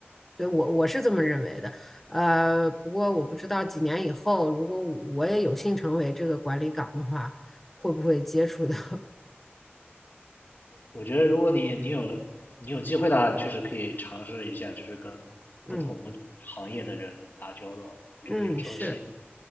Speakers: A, in the centre; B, on the left.
A: 对，我我是这么认为的。呃，不过我不知道几年以后，如果我也有幸成为这个管理岗的话，会不会接触到？<laughs>
B: 我觉得如果你你有你有机会的话，你确实可以尝试一下，就是跟
A: 嗯
B: 不同行业的人打交道。我觉得有时候是一个
A: 嗯，是，